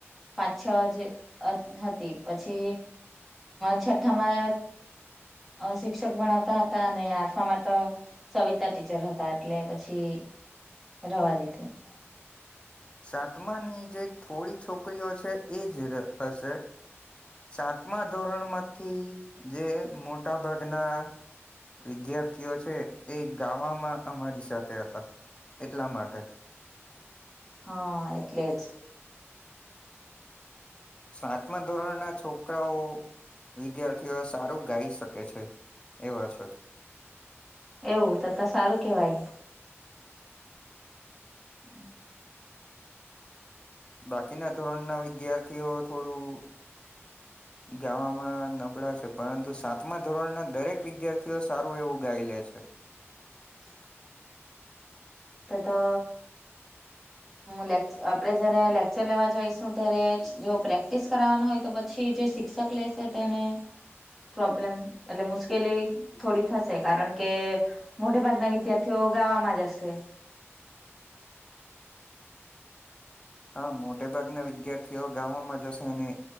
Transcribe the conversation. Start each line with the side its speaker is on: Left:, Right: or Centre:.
Centre: પાંચ છ જે હતી પછી છઠ્ઠામાં શિક્ષક ભણાવતા હતા અને આઠમાં માં તો સવિતા ટીચર હતા એટલે પછી રવા દીધું.
Left: સાતમાની જે થોડી છોકરીઓ છે એ જ હશે. સાતમા ધોરણમાંથી જે મોટા ભાગના વિદ્યાર્થીઓ છે એ ગાવામાં અમારી સાથે હતા એટલા માટે
Centre: હા એટલે જ
Left: સાતમા ધોરણના છોકરાઓ વિદ્યાર્થીઓ સારું ગાઈ શકે છે એવા છે.
Centre: એવું તો તો સારું કેવાય. હમ.
Left: બાકીના ધોરણના વિદ્યાર્થીઓ થોડું ગાવામાં નબળા છે પરંતુ સાતમા ધોરણના દરેક વિદ્યાર્થીઓ સારું એવું ગાઈ લે છે.
Centre: <inaudible> તો તો લે આપણે જયારે લેક્ચર લેવા જઈશું ત્યારે જો પ્રેક્ટિસ કરાવવાનો હોય તો પછી જે શિક્ષક લેશે તેને પ્રોબ્લેમ એટલે મુશ્કેલી થોડી થશે કારણ કે મોટેા ભાગના વિદ્યાર્થીઓ ગાવામાં જ હશે.
Left: હા મોટે ભાગના વિદ્યાર્થીઓ ગામોમાં જશે અને